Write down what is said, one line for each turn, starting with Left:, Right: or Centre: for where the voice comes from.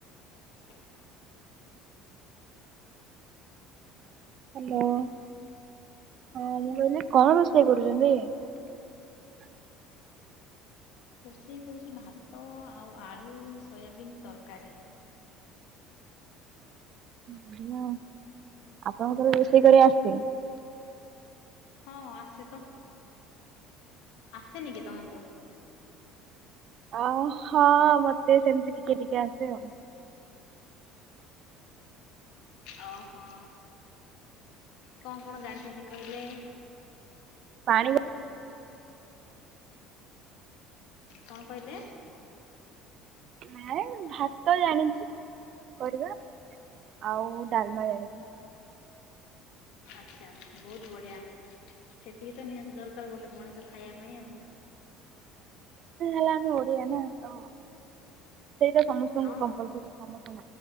Left: <inaudible>
Right: ହ୍ୟାଲୋ ହଁ ମୁଁ କହିଲି କଣ ରୋଷେଇ କରୁଛନ୍ତି? <inaudible>
Left: ରୋଷେଇ କରୁଛି ଭାତ ଆଉ ଆଳୁ ସୋୟାବିିନ ତରକାରୀ।
Right: ବଢିଆ ଆ ଆପଣଙ୍କୁ ରୋଷେଇ କରିଆ ଆସଛି-?
Left: ହଁ ଆସେ ତ ଆସେନି କି ତମକୁ।
Right: ଅ ହଁ ମତେ ସେମିତି ଟିକେ ଟିକେ ଆସେ ଆଉ।
Left: ଓହୋ କଣ କଣ ଜାଣି ଏକ ମିତି କହିଲେ?
Right: ପାଣି କ
Left: କଣ କହିଲେ।
Right: ନାଇଁ ଭାତ ଜାଣିଛି କରିବା ଆଉ ଡାଲମା ଜାଣିଛି।
Left: ଆଚ୍ଛା ବହୁତ ବଢିଆ ସେତିକି ତ ନିହାତି ଦରକାର ଗୋଟେ ମଣିଷ ଖାଇବା ପାଇଁ ଆଉ।
Right: ହେଲା ଆମେ ଓଡିଆ ନା ତ ସେଇଟା ସମସ୍ତଙ୍କୁ
Left: ହଁ
Right: କମ୍ପଲସରୀ
Left: ହଁ
Right: ସମସ୍ତଙ୍କୁ